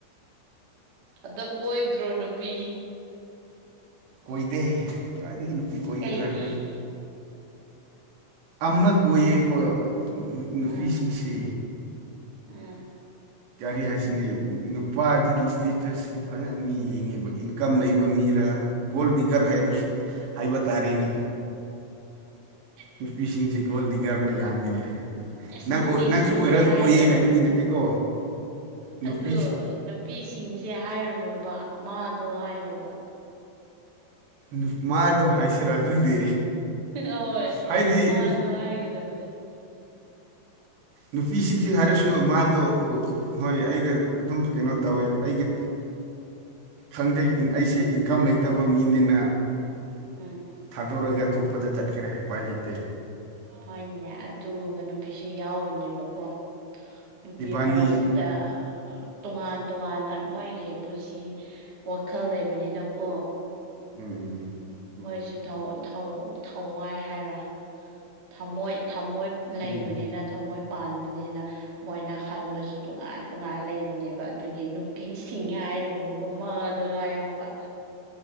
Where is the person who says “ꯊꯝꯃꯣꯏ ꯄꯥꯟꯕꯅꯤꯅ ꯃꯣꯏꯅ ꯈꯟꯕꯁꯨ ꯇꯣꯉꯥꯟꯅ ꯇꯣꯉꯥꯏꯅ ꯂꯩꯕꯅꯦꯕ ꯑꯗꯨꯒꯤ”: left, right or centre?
Right